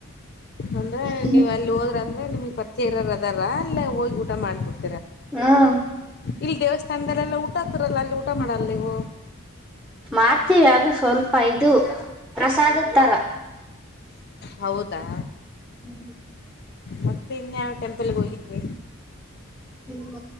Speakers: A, on the left (about 50°); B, in the centre.
A: ಅಂದ್ರೆ
B: ಹ್ಮ್
A: ನೀವು ಅಲ್ಲಿ ಹೋದ್ರ ನಿಮ್ಗ್ ಪರಿಚಯ ಇರೋರ್ ಅದಾರ ಅಲ್ಲ ಹೋಗಿ ಊಟ ಮಾಡ್ಬಿಡ
B: ಹ್ಮ್
A: ಇಲ್ ದೇವಸ್ಥಾನದಲ್ಲೆಲ್ಲಾ ಊಟ ಆಗ್ತರಲ್ಲ ಅಲ್ಲಿ ಊಟ ಮಾಡಲ್ಲ ನೀವು.
B: ಮಾಡ್ತೀವಿ ಅದು ಸ್ವಲ್. ಐದು ಪ್ರಸಾದೋತ್ತರ.
A: ಹೌದಾ.
B: ಹ್ಮ್.
A: ಮತ್ತಿನ ಯಾವ್ ಟೆಂಪಲ್ಗೋಗಿದ್ರಿ.
B: ಹ್ಮ್